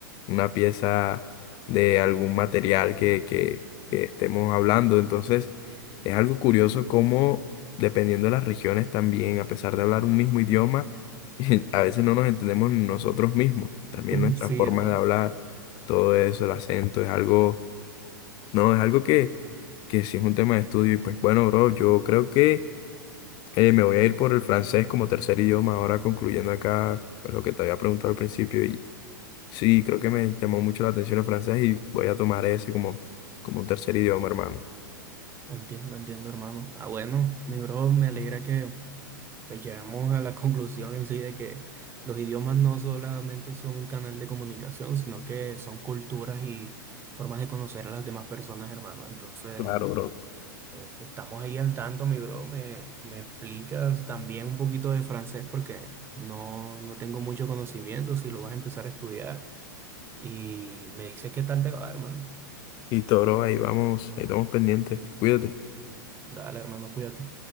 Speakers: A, on the left; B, on the right.
A: una pieza de algún material que, que, que estemos hablando. Entonces, es algo curioso cómo dependiendo de las regiones también, a pesar de hablar un mismo idioma, <laughs> a veces no nos entendemos ni nosotros mismos. También
B: <laughs>
A: nuestra
B: Sí,
A: forma
B: hermano.
A: de hablar, todo eso, el acento, es algo, no, es algo que, que sí es un tema de estudio. Y pues bueno, bro, yo creo que eh, me voy a ir por el francés como tercer idioma, ahora concluyendo acá pues, lo que te había preguntado al principio. Y sí, creo que me llamó mucho la atención el francés y voy a tomar ese como, como un tercer idioma, hermano.
B: Entiendo, entiendo, hermano. Ah, bueno, mi bro, me alegra que pues, llegamos a la <laughs> conclusión en sí de que los idiomas no solamente son un canal de comunicación, sino que son culturas y formas de conocer a las demás personas, hermano. Entonces,
A: Claro, bro.
B: Eh, Estamos ahí al tanto, mi bro. ¿Me, me explicas también un poquito de francés? Porque no, no tengo mucho conocimiento si lo vas a empezar a estudiar. Y me dices qué tal te va, hermano.
A: Listo, bro, ahí vamos, ahí estamos pendientes. Cuídate.
B: Dale, hermano, cuídate.